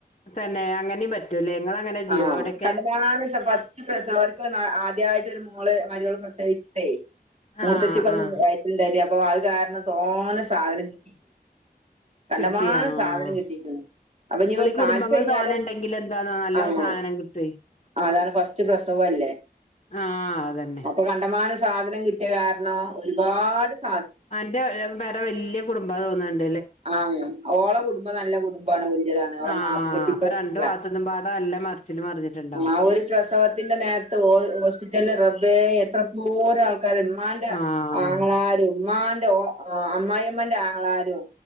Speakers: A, on the left; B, on the right.
A: തന്നെ അങ്ങനെ പറ്റൂല്ലേ.. ഇങ്ങള് അങ്ങനെ
B: ആ
A: ചെയ്യോ അവിടൊക്കെ
B: കണ്ട്ക്കാണ്ട് ഫസ്റ്റ് പ്രസവം ഓര്ക് ആദ്യയിട്ട് ഒരുമോള് മാരോള്ള്.. പ്രസവിച്ചിട്ടേ മുത്തച്ചികൊന്നും
A: ആഹ് ആഹ്
B: വയറ്റിൽ ണ്ടായ്ര്... അപ്പൊ അത് കാരണം തോനെ സാധനം കിട്ടി... കണ്ടമാനം
A: കിട്ടിയാ ആഹ്
B: സാധനം കിട്ടിക്ക്ണ് അപ്പൊഞ്പ്പം
A: ഇങ്ങളീ കുടുംബങ്ങൾ
B: നാല്പത് കഴിഞ്ഞാലും...
A: തോനെ ഇണ്ടെങ്കിൽ എന്താന്നോ നല്ലോം
B: അപ്പൊ
A: സാധനം കിട്ടുവേ
B: അതാണ് ഫസ്റ്റ് പ്രസവുംല്ലേ
A: ആഹ് അതന്നെ
B: അപ്പൊ കണ്ടാമാ... ന സാധനം കിട്ടിയ കാരണം ഒരുപാട് സ്..
A: ആന്റെ പേരാ വല്ല്യ കുടുംബാ തോന്നുന്നുണ്ട്..
B: ആഹ ഓള കുടു.. കുടുംബംനല്ല കുടുംബമാണ് വല്ല്യ താണ് ഓളെ
A: ആഹ്
B: കെട്ടിച്ചോട്തോക്കെ...
A: അപ്പൊ രണ്ടു ഭാഗത്തുന്നും പാടെ നല്ല മറിച്ചില് മറിഞ്ഞിട്ടുണ്ടാവും
B: ആ ഒരു പ്രസവത്തിന്റെ നേരത്ത് ഹോസ്പിറ്റലില് റബ്ബേ എത്ര.... എത്രാ പോരാആൾക്കാര് ഇമ്മാന്റെ
A: ആഹ്
B: ആങ്ങള്ളാരും ഇമ്മാന്... അമ്മായിഅമ്മന്റെ ആങ്ങള്ളാരും...